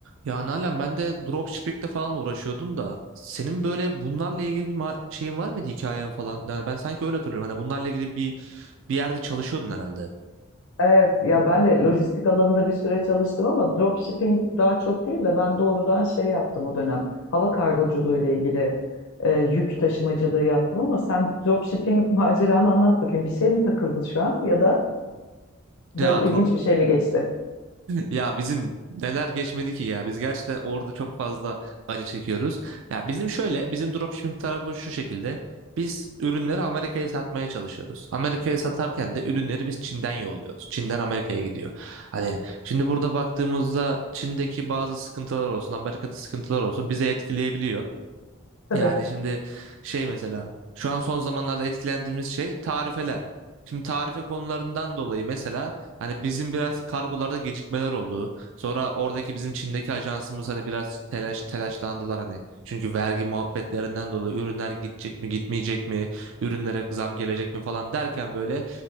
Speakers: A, on the right; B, on the left.
A: Ya Nalan ben de dropshipping'le falan uğraşıyordum da senin böyle bunlarla ilgili bir ma- şeyin var mıydı hikayen falan? Yani ben sanki öyle hatırlıyorum. Hani bunlarla ilgili bir bir yerde çalışıyordun herhalde.
B: Evet ya ben de lojistik alanında bir süre çalıştım ama dropshipping daha çok değil de ben doğrudan şey yaptım o dönem. Hava kargoculuğu ile ilgili e, yük taşımacılığı yaptım ama sen dropshipping <laughs> maceranı anlat bakayım. Bir şey mi takıldı şu an ya da böyle
A: Ya
B: ilginç bir şey mi geçti?
A: Ya bizim neler geçmedi ki ya. Biz gerçekten orada çok fazla acı çekiyoruz. Ya bizim şöyle, bizim dropshipping tarafı şu şekilde. Biz ürünleri Amerika'ya satmaya çalışıyoruz. Amerika'ya satarken de ürünleri biz Çin'den yolluyoruz. Çin'den Amerika'ya gidiyor. Hani şimdi burada baktığımızda Çin'deki bazı sıkıntılar olsun, Amerika'da sıkıntılar olsun bizi etkileyebiliyor.
B: Tabii.
A: Yani şimdi şey mesela şu an son zamanlarda etkilendiğimiz şey tarifeler. Şimdi tarife konularından dolayı mesela hani bizim biraz kargolarda gecikmeler oldu. Sonra oradaki bizim Çin'deki ajansımız hani biraz telaş telaşlandılar hani. Çünkü vergi muhabbetlerinden dolayı ürünler gidecek mi gitmeyecek mi? Ürünlere zam gelecek mi falan derken böyle